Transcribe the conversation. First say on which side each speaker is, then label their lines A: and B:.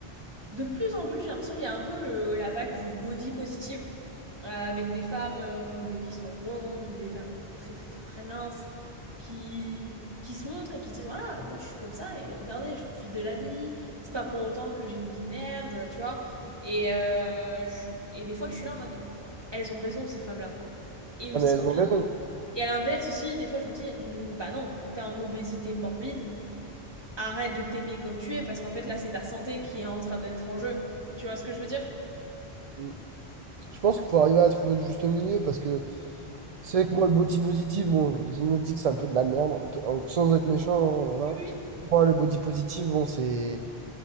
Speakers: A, on the right; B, on the right.
A: de plus en plus, j'ai l'impression qu'il y a un peu le- la vague du body positive, euh, avec des femmes euh, ben, qui sont rondes ou des femmes très très très très minces qui, qui se montrent et qui disent, voilà, moi je suis comme ça et regardez, je profite de la vie, c'est pas pour autant que j'ai une vie de merde, tu vois. Et, euh, je- et des fois, je suis là en mode, elles ont raison, ces femmes-là. Et aussi,
B: Ah, mais elles ont raison.
A: et à l'inverse aussi, des fois, je me dis, Hmm, bah non, t'es en obésité morbide, arrête de t'aimer comme tu es parce qu'en fait, là, c'est ta santé qui est en train d'être en jeu. Tu vois ce que je veux dire?
B: Mmh. Je pense qu'il faut arriver à trouver le juste milieu, parce que C'est vrai que moi, le body positive, bon, je me dis que c'est un peu de la merde, en- sans être méchant, hein, voilà.
A: Oui, oui.
B: Moi, le body positive, bon, c'est